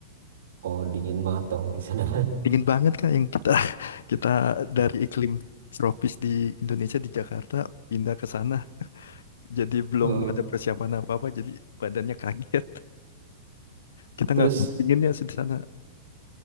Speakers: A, on the right; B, on the left.
A: Oh, dingin banget dong di sana.
B: Dingin banget Kak yang kita <laughs> kita dari iklim tropis di Indonesia di Jakarta pindah ke sana. Jadi belum
A: <laughs> Heeh.
B: ada persiapan apa-apa, jadi badannya kaget. Kita
A: Terus
B: nggak kuat dinginnya sih di sana.